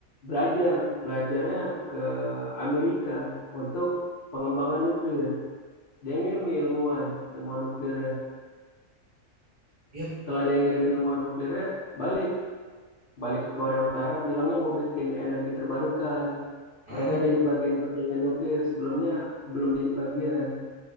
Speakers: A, on the left; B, on the right.
A: belajar belajarnya ke Amerika untuk pengembangan nuklir dia ngirim nih ilmuwan ilmuwan nuklirnya
B: Iya.
A: setelah dia ngirim ilmuwan nuklirnya balik balik ke Korea Utara bilangnya mau bikin energi terbarukan.
B: Oh,
A: Mereka
B: hmm
A: jadi bagian perjanjian nuklir, sebelumnya belum jadi bagian.